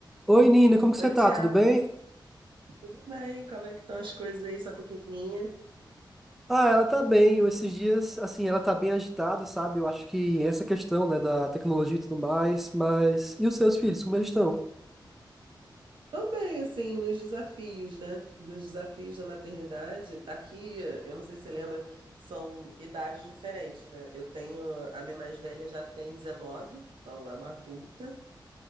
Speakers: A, in the centre; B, on the right (about 80°).
A: Oi, Nina, como que você
B: Oi,
A: tá?
B: Thiago.
A: Tudo bem?
B: Tudo bem? Como é que estão as coisas aí, sua pequenininha?
A: Ah, ela tá bem. Eu, esses dias, assim, ela tá bem agitada, sabe? Eu acho que essa questão, né, da tecnologia e tudo mais, mas... E os seus filhos, como eles estão?
B: Tô bem, assim, nos desafios, né? Nos desafios da maternidade. Aqui, eu não sei se você lembra, são idades diferentes, né? Eu tenho, a minha mais velha já tem 19, então é uma adulta,